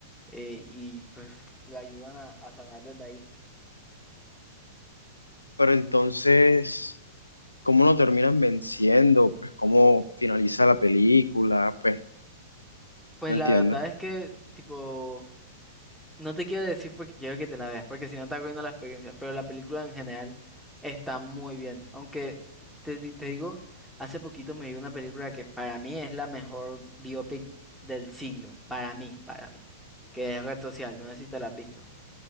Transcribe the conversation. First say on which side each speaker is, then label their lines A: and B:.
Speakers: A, in the centre; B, on the left (about 80°).
A: eh, y pues lo ayudan a, a sanar desde ahí.
B: Pero entonces... ¿Cómo lo terminan venciendo? Pues cómo finaliza la película, pues
A: Pues
B: No entiendo.
A: la verdad es que tipo... No te quiero decir porque quiero que te la veas, porque si no estás viendo la experiencia, pero la película en general está muy bien. Aunque te, di- te digo, hace poquito me vi una película que para mí es la mejor biopic del siglo, para mí, para mí, que es Red Social, no sé si te la has visto.